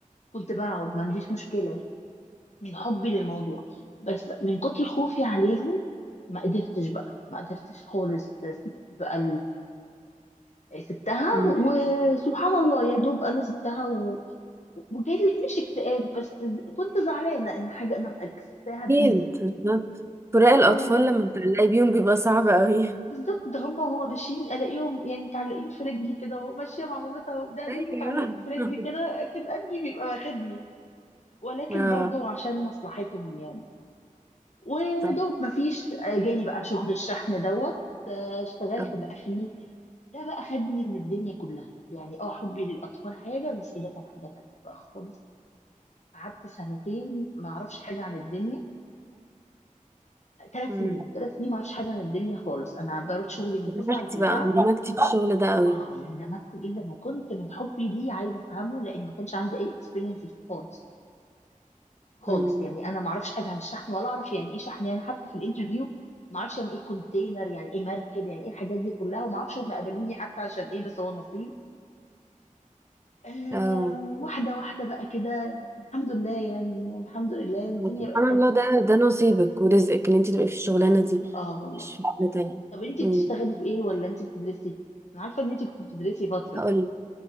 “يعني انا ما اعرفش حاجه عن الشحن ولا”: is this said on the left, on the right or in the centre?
Left